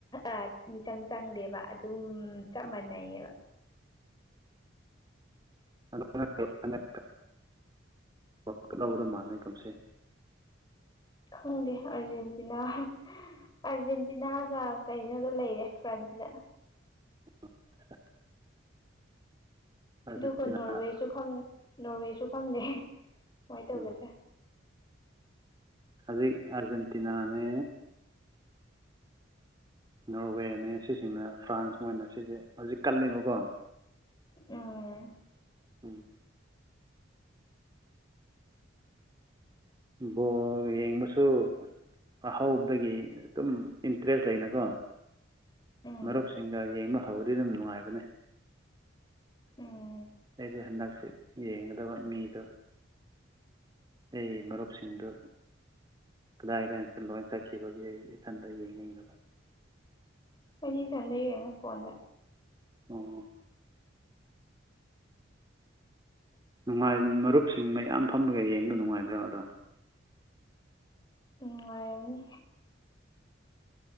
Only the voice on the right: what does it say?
<unintelligible> <unintelligible> ꯋꯥꯜꯗ ꯀꯞ ꯂꯧꯒꯗꯧ ꯃꯥꯜꯂꯤ ꯀꯨꯝꯁꯤ
<unintelligible> ꯑꯥꯔꯖꯦꯟꯇꯤꯅꯥ
ꯑꯥꯔꯖꯦꯟꯇꯤꯅꯥ
ꯎꯝ ꯍꯧꯖꯤꯛ ꯑꯥꯔꯖꯦꯟꯇꯤꯅꯥꯅꯦ ꯅꯣꯔꯋꯦꯅꯦ ꯁꯤꯁꯤꯡꯅ ꯐ꯭ꯔꯥꯟꯁ ꯃꯣꯏꯅ ꯁꯤꯁꯦ ꯍꯧꯖꯤꯛ ꯀꯜꯂꯤꯕꯀꯣ
ꯎꯝ ꯕꯣꯜ ꯌꯦꯡꯕꯁꯨ ꯑꯍꯧꯕꯗꯒꯤ ꯑꯗꯨꯝ ꯏꯟꯇꯔꯦꯁ ꯂꯩꯅꯀꯣ
ꯃꯔꯨꯞꯁꯤꯡꯒ ꯌꯦꯡꯕ ꯍꯧꯕꯗꯤ ꯑꯗꯨꯝ ꯅꯨꯡꯉꯥꯏꯕꯅꯦ
ꯑꯩꯁꯦ ꯍꯟꯗꯛꯁꯦ ꯌꯦꯡꯒꯗꯕ ꯃꯤꯗꯣ ꯑꯩ ꯃꯔꯨꯞꯁꯤꯡꯗꯨ ꯀꯗꯥꯏ ꯀꯗꯥꯏꯇ ꯂꯣꯏ ꯆꯠꯈꯤꯕꯒꯤ ꯑꯩ ꯏꯊꯟꯇ ꯌꯦꯡꯅꯤꯡꯗꯕ
ꯑꯣ ꯅꯨꯡꯉꯥꯏ ꯃꯔꯨꯞꯁꯤꯡ ꯃꯌꯥꯝ ꯐꯝꯃꯒ ꯌꯦꯡꯕꯗ ꯅꯨꯡꯉꯥꯏꯗ꯭ꯔꯥ ꯑꯗꯣ